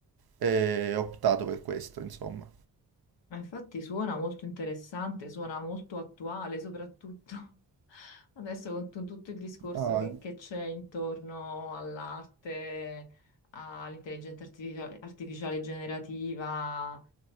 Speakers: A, on the right (about 55°); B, on the left (about 80°).
A: e ho optato per questo, insomma.
B: Ma infatti suona molto interessante, suona molto attuale, soprattutto <laughs> adesso con tu- tutto il discorso
A: No,
B: che che c'è intorno all'arte, all'intelligenza artificia- artificiale generativa.